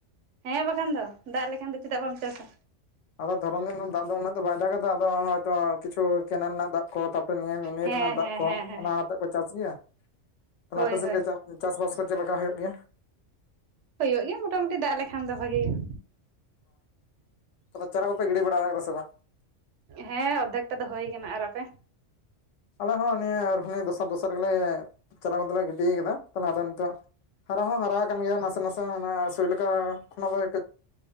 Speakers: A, on the right; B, on the left.
A: ᱦᱮᱸ ᱵᱟᱠᱷᱟᱱ ᱫᱚ ᱫᱟᱜ ᱞᱮᱠᱷᱟᱱ ᱫᱚ ᱪᱮᱫᱟᱜ ᱵᱟᱢ ᱪᱟᱥᱟ
B: ᱟᱫᱚ ᱫᱷᱚᱨᱚᱱ ᱫᱤᱱ ᱫᱟᱜ ᱫᱚ ᱩᱱᱟᱹᱜ ᱫᱚ ᱵᱟᱭ ᱫᱟᱜ ᱠᱟᱫᱟ ᱟᱫᱚ ᱠᱤᱪᱷᱩ ᱠᱮᱱᱮᱞ ᱨᱮᱱᱟᱜ ᱫᱟᱜ ᱠᱚ ᱛᱟᱯᱚᱨᱮ ᱱᱤᱨ
A: ᱦᱮᱸ
B: ᱨᱮᱱᱟᱜ ᱫᱟᱜ
A: ᱦᱮᱸ
B: ᱠᱚ
A: ᱦᱮᱸ ᱦᱮᱸ
B: ᱚᱱᱟ ᱦᱚᱛᱮᱫ ᱯᱮ ᱪᱟᱥ ᱜᱮᱭᱟ ᱛᱟᱦᱚᱞᱮ
A: ᱦᱳᱭ
B: ᱟᱯᱮ ᱥᱮᱫ
A: ᱦᱳᱭ
B: ᱜᱮ ᱪᱟᱥᱵᱟᱥ ᱠᱚ ᱪᱮᱫ ᱞᱮᱠᱟ ᱦᱩᱭᱩᱜ ᱜᱮᱭᱟ?
A: ᱦᱩᱭᱩᱜ ᱜᱮᱭᱟ ᱢᱚᱴᱟᱢᱩᱴᱤ ᱫᱟᱜ ᱞᱮᱠᱷᱟᱱ ᱫᱚ ᱵᱷᱟᱜᱤ ᱜᱮᱭᱟ
B: ᱚᱻ ᱛᱚᱵᱮ ᱪᱟᱨᱟ ᱠᱚᱯᱮ ᱜᱤᱰᱤ ᱵᱟᱲᱟ ᱥᱮ ᱵᱟᱝ?
A: ᱦᱮᱸ ᱚᱫᱷᱮᱠ ᱴᱟᱜ ᱫᱚ ᱦᱳᱭ ᱠᱟᱱᱟ᱾ ᱟᱨ ᱟᱯᱮ?
B: ᱟᱞᱮ ᱦᱚᱸ ᱱᱤᱭᱟᱹ ᱟᱨᱤᱭᱟᱹ ᱫᱚᱥᱟᱨ ᱫᱚᱥᱟᱨ ᱜᱮᱞᱮ ᱪᱟᱨᱟ ᱠᱟᱛᱮᱞᱮ ᱜᱤᱰᱤᱭ ᱠᱟᱫᱟ ᱛᱟᱦᱞᱮ ᱟᱫᱚ ᱱᱤᱛᱚᱜ ᱦᱟᱨᱟ ᱦᱚᱸ ᱦᱟᱨᱟ ᱟᱠᱟᱱ ᱜᱮᱭᱟ ᱱᱟᱥᱮ ᱱᱟᱥᱮ ᱚᱱᱟ ᱥᱩᱭ ᱞᱮᱠᱟ ᱠᱷᱚᱱᱟᱜ <inaudible>